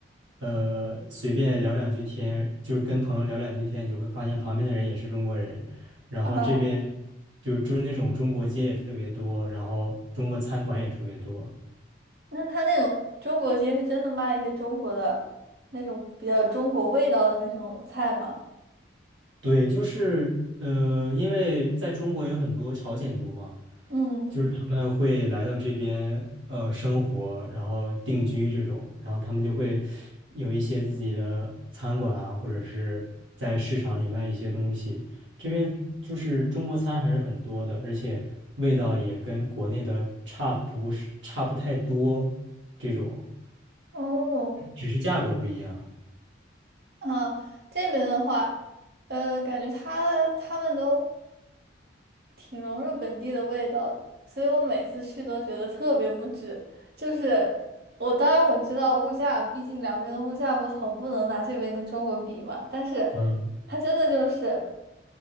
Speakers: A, on the right; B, on the right.
A: 呃随便聊两句天，就是跟朋友聊两句天，你就会发现旁边的人也是中国人，然后这边
B: 啊，
A: 就就是那种中国街也特别多，然后中国餐馆也特别多。
B: 那他那种中国街是真的卖一些中国的那种比较有中国味道的那种菜吗？
A: 对，就是呃，因为在中国有很多朝鲜族嘛。
B: 嗯，
A: 就是他们会来到这边呃生活，然后定居这种，然后他们就会有一些自己的餐馆啊，或者是在市场里卖一些东西。这边就是中国餐还是很多的，而且味道也跟国内的差不是差不太多，这种
B: 哦，
A: 只是价格不一样。
B: 啊，这边的话，呃，感觉他他们都挺融入本地的味道的所以我每次去都觉得特别不值。就是我当然我知道物价，毕竟两边的物价不同，不能拿这边跟中国比嘛。但是
A: 嗯，
B: 它真的就是。